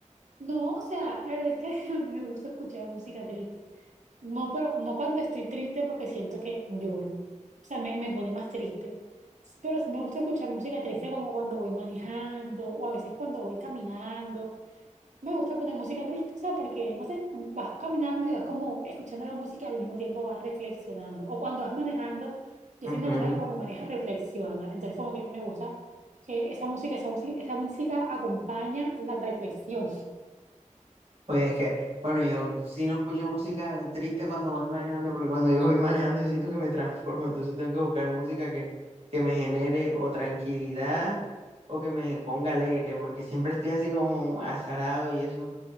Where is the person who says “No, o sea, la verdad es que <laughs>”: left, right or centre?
Right